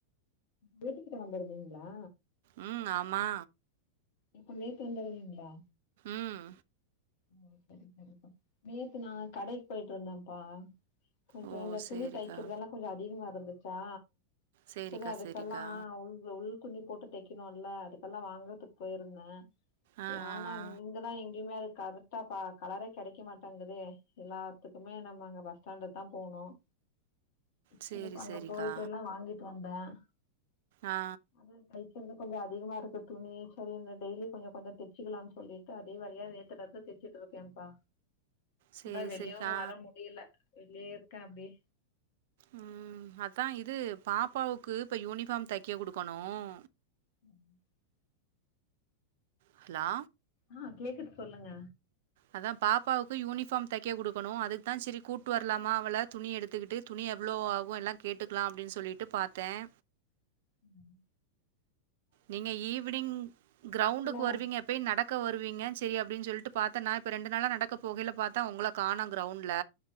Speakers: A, on the left (about 50°); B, on the right (about 55°).
A: வீட்டு கிட்ட வந்ததுந்தீங்களா
B: உம் ஆமா
A: இப்ப நேத்து வந்துடுவீங்களா
B: ம்
A: ஓ சரி சரிப்பா நேத்து நான் கடைக்கு போயிட்டு இருந்தேன்ப்பா கொஞ்சோ
B: ஓ
A: இந்த துணி
B: சேரிக்கா
A: தைக்கிறதுலாம் கொஞ்சம் அதிகமா இருந் ருச்சா
B: சேரிக்கா
A: சரி அதுக்கெல்லாம்
B: சேரிக்கா
A: உள் குன்னி போட்டு தைக்கணும் இல்ல அதுக்கல்லாம் வாங்கறதுக்கு போயிருந்தேன்
B: ஆ
A: ஏனா
B: ஆ ஆ
A: இங்கதான் எங்கயுமே இரு கரெக்டா பா கலரே கிடைக்க மாட்டாங்குதே எல்லாத்துக்குமே நம்ம அங்க பஸ் ஸ்டாண்டு தான் போணும்
B: சேரி
A: செரிப்ப அங்க
B: சேரிக்கா
A: போயிட்டு எல்லாம் வாங்கி வந்தன்
B: ஆ
A: அது தை கொஞ்ச கொஞ்சம் அதிகமா இருக்கு துணி சரி இந்த டெய்லி கொஞ்ச கொஞ்சம் தச்சிக்கலாம்னு சொல்லிட்டு அதே வழியே சிலது தச்சுட்டு இருக்கேன்ப்பா
B: சேரி
A: அதான் வெளியவும்
B: சேரிக்கா
A: வர முடியல வெளே இருக்கன் அப்படியே
B: உம் அதான் இது பாப்பாவுக்கு இப்ப யூனிஃபார்ம் தைக்க குடுக்கணும்
A: <unintelligible>
B: ஹலோ
A: ஆ கேக்குது சொல்லுங்க
B: அதான் பாப்பாவுக்கு யூனிஃபார்ம் தைக்க குடுக்கணும் அதுக்குதான் சரி கூட்டு வரலாமா அவள துணி எடுத்துக்கிட்டு துணி எவ்வளவு ஆகும் எல்லாம் கேட்டுக்கலாம் அப்படின்னு சொல்லிட்டு பார்த்தேன்
A: உம்
B: நீங்க ஈவினிங் கிரௌண்டுக்கு
A: இல்ல
B: வருவீங்க போய் நடக் நடக வருவீங்க செரி அப்டின்னு சொல்லிட்டு பாத்தன் நான இப்ப ரெண்டு நாளா நடக்க போகையல பாத்தன் உங்களை காணம் கிரௌண்ட்ல